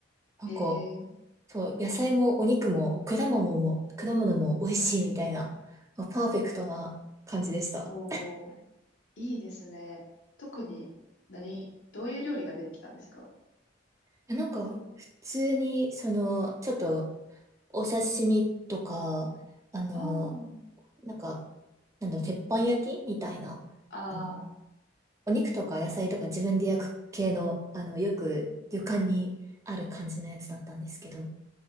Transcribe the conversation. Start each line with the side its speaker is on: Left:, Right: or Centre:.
Right: なんか、
Left: ええ
Right: そう、野菜もお肉も果物も、果物も美味しいみたいな、パーフェクトな感じでした。
Left: おー、いいですね。特に、何、どういう料理が出てきたんですか
Right: えなんか、普通に、その、ちょっと、お刺身とか、あの、
Left: ああー、
Right: なんか、なんだ、鉄板焼きみたいな、
Left: ああ、
Right: あの、お肉とか野菜とか自分で焼く系の、あの、よく旅館にある感じのやつだったんですけど、